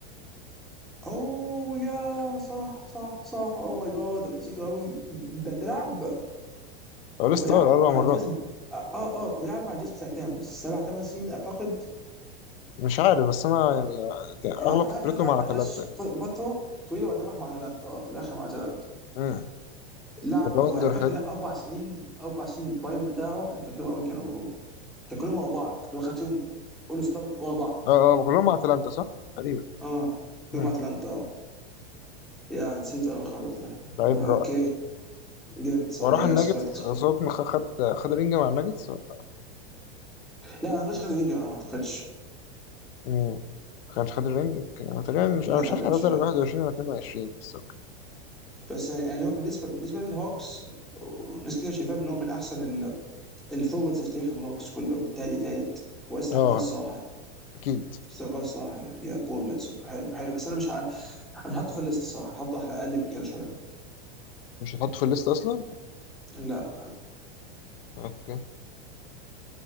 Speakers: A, in the centre; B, on the left.
A: اوه يا صح صح صح اوه ماي جاد نسيته قوي ده ده لعب
B: أول
A: ولعب
B: ستار أربع
A: مع
B: مرات
A: الجاز اه اه آه، ولعب مع الجاز بتاع كام؟ سبع ثمان سنين اعتقد
B: مش عارف بس أنا يعني
A: انا
B: أغلب
A: عارف انا
B: فترته
A: عارف انه لعب
B: مع
A: مع
B: أتلانتا
A: الجاز
B: يعني.
A: فتره طويله وبعدين راح مع اتلانتا اه في الاخر مع اتلانتا
B: مم.
A: لعب
B: ريباوندر
A: انا فاكر
B: حلو
A: لا اربع سنين اربع سنين البرايم بتاعه انا فاكرهم قوي كانوا كانوا كلهم ورا بعض اللي هو خد فيهم اول ستار ورا بعض
B: أه أه كلهم مع أتلانتا صح؟ تقريبا
A: اه كلهم
B: مم.
A: مع اتلانتا اه يا نسيت قوي خالص ده
B: لعيب
A: اوكي
B: رائع
A: جامد صح
B: وراح
A: يا
B: الناجتس
A: ريسبكت
B: سوق خد خد رينج مع الناجتس ولا
A: لا ما اعتقدش خد وينج معاه، ما اعتقدش
B: مم. ما كانش خد الرينج اوكي انا تقريبا مش
A: ما
B: انا
A: اعتقدش
B: مش عارف اعتذر
A: لا
B: 21 ولا 22 بس اوكي
A: بس يعني يعني هو بالنسبه بالنسبه للهوكس ناس كتير شايفاه ان هو من احسن ال- الفورواردز في تاريخ الهوكس كلهم التالي تالت ويستحقها
B: اه
A: الصراحه
B: اكيد
A: يستحقها الصراحه يعني يا بول لانسر حلو حلو بس انا مش ه... انا هحطه في الليست الصراحه هحطه احلى اقل من كده شويه
B: مش هتحط في الليست اصلا
A: لا
B: اوكي